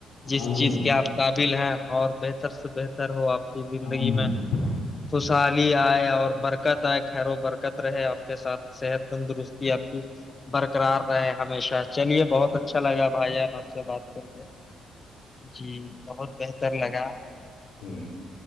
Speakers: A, on the left (about 30°); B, on the left (about 85°).
A: جس
B: آمین
A: چیز کے آپ قابل ہیں اور بہتر بر سے بہتر ہو آپ کی زندگی
B: آمین
A: میں
B: آمین
A: خوشحالی آئے اور بر برکت آئے خیر و برکت رہے آپ کے ساتھ صحت تندرستی آپ کی برقرار رہے ہمیشہ چلیے بہت اچھا لگا بھائی جانا سے بات کر کے جی بہت بہتر لگا
B: ہوں